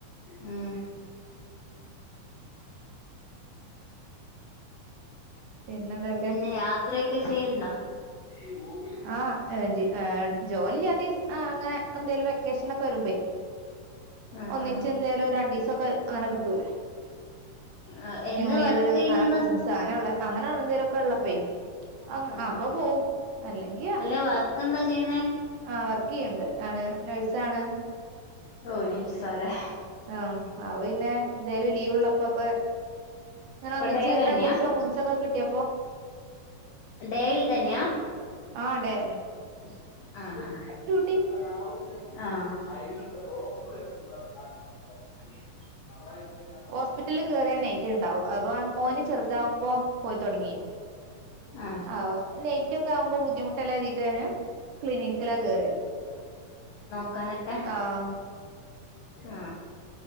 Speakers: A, on the left (about 80°); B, on the right (about 70°).
A: ഉം
B: പിന്നെന്തൊക്കെ
A: പിന്നെ യാത്രയോക്കെ ചെയ്യലുണ്ടോ <inaudible>
B: ആഹ ഏ ജി ജോലില്ലാതെയും അഹ് അങ്ങനെ എന്തേലും വെക്കേഷൻ ഒക്കെ വരുമ്പേ
A: ആഹ്
B: ഒന്നിച്ച്
A: ആഹ്
B: എന്തെലും രണ്ടിസം ഒക്കെ അങ്ങനെ കിട്ടൂലേ
A: ആഹ് എന്താ
B: ന്യൂഇയർ
A: വർക്ക് ചെയ്യുന്നെന്താ
B: അങ്ങനെ ക്രിസ്മസ് അങ്ങനെള്ള അങ്ങനെ എന്തേലും ഒക്കെ ഉള്ളപ്പേ അഹ്
A: ആഹ്
B: അപ്പൊ പോവും അല്ലെങ്കിൽ
A: അല്ല വർക്ക് എന്താ ചെയ്യുന്നേ
B: ആഹ വർക്ക് ചെയ്യ്ണ്ട് ഞാൻ നേഴ്സാണ്
A: ഓ നേഴ്സാലേ
B: ആഹ അഹ് പിന്നെ എന്തേലും ലീവ് ഉള്ളപ്പോക്കെ ങ്ങനെ
A: ഇപ്പൊ
B: ഒന്നിച്ച്
A: ഡേ തന്നെയാ
B: രണ്ടിസം മൂന്നിസംക്കെ കിട്ടിയ
A: ഡേയിൽ ഇതന്നെയാ
B: ആഹ് ടെ
A: ആഹ ആഹ്
B: ഡ്യൂട്ടി
A: ആഹ <inaudible> <inaudible>
B: ഹോസ്പിറ്റലിൽ കേറിയ നൈറ്റ് ഉണ്ടാവും അപ്പൊ മോന് ചെറുതാവുമ്പോ പോയിത്തൊടങ്ങി
A: ആഹ്
B: ആ ഓ നൈറ്റ് ഒക്കെ ആവുമ്പോ ബുദ്ധിമുട്ട എല്ലെ കരുതിട്ട് ഞാന് ക്ലിനിക്കിലാ കേറിയത്
A: നോക്കാനേ ഒക്കെ
B: ആ
A: ഉം